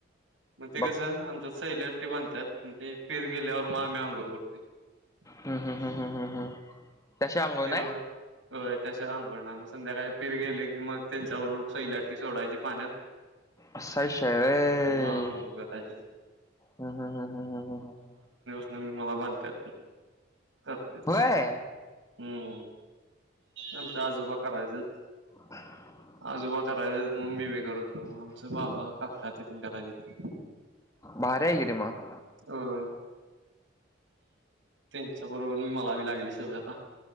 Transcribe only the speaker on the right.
मग ते
कसं आमच्या सैली अट्टी बांधतात म्हणजे फिर गेल्यावर मग आम्ही अंघोळ करतोय
फिरा
व त्याच्याशिवाय आंगोळ नाही मस्त संध्याकाळी फिर गेले की मग त्यांच्याबरोबर सैल्याटी सोडायची पाण्यात
आणि मग आंघोळ करायची
म मी मला बांधता करते तस
हम् आमच्या आजोबा करायचं
आजोबा करायच मग मीबी करतो आमचं बाबा काका ती पण कराआल्यात
अ त्यांच्या बरोबर मला बी लागली सवय आता